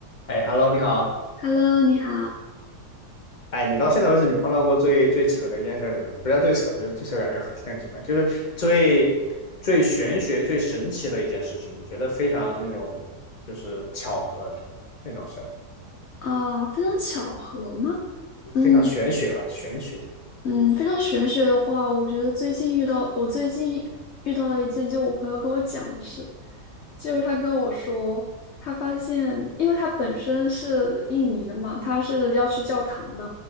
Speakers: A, on the left; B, on the left.
A: 哎，Hello，你好。
B: Hello，你好。
A: 哎，你到现在为止，你碰到过最最扯的一件事儿是什么？不叫最扯，就是最扯，感觉很挺很奇怪，就是最最玄学、最神奇的一件事情，你觉得非常那种就是巧合那种事儿，
B: 哦，非常巧合吗？嗯，
A: 非常玄学吧？玄学，
B: 嗯，非常玄学的话，我觉得最近遇到，我最近遇到了一件，就我朋友跟我讲的事，就是他跟我说，他发现，因为他本身是印尼的嘛，他是要去教堂的，